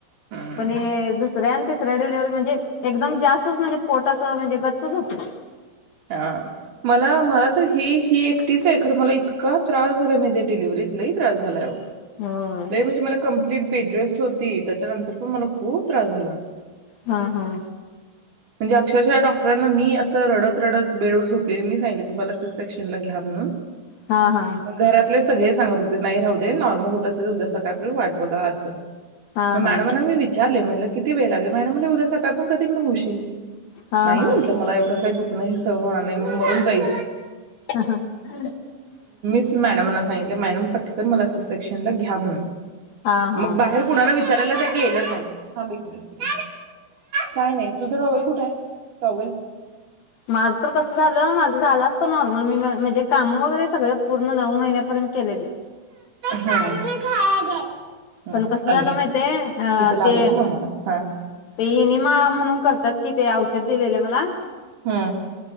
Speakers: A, on the right (about 50°); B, on the left (about 60°).
A: हम्म
B: पण ये दुस सऱ्या अन् तिसऱ्या डिलिव्हरीत म्हणजे एकदम जास्तच म्हणजे पोट असं गच्च होतय.
A: हा मला मला तर ही ही एकटीच आहे खर मला इ तका त्रास झाला माहिती ये डलिव्हरीत लई त्रास झालाय आओ
B: होय
A: लई म्हणजे मला कं कम्प्लीट बेडरेस्ट होती त्याच्यानंतर पण मला खूप त्रास झाला.
B: हा हा
A: म्हणजे अक्षरशः डॉक्टरांना मी असं रडत रडत बेडवर झोपले मी सांगितलं की मला सि सेक्शनला घ्या म्हणून
B: हा हा
A: मग घरातलेच सगळे सांगत होते नाही राहू दे नॉर्मल होत असे उद्या सकाळपर्यंत वाट बघा असं
B: हा
A: मग मॅडमना
B: हा
A: मी विचारले म्हटलं किती वेळ लागेल, मॅडम उद्या सकाळपण पण होशील
B: हा
A: नाही
B: हा
A: म्हंटलं मला एवढं काही दू खण मला सहण नाही होणार, मी मरून जाईन
B: <unintelligible>
A: मॅडमना सांगितले, मॅडम पटकन मला सी सेक्शन घ्या म्हणून.
B: हा हा
A: मग बाहेर कुणाला विच <unintelligible> गेलंच हा थांब एक मिनिट. काय नाही तुझं टॉवेल कुठे आहे, टॉवेल.
B: माझं तर कसं झालं, माझं झालं असतं नॉर्मल, मी म्हणजे काम वगैरे सगळं पूर्ण नऊ महिन्यापर्यंत चा केलेले
A: हम्म
B: पण कस झालं
A: आणूया
B: माहिते अ
A: इथं लागलंय
B: ते
A: मम्माला हा
B: ते इनिमा म्हणून करतात कि, ते औ दिलेले मला.
A: हा.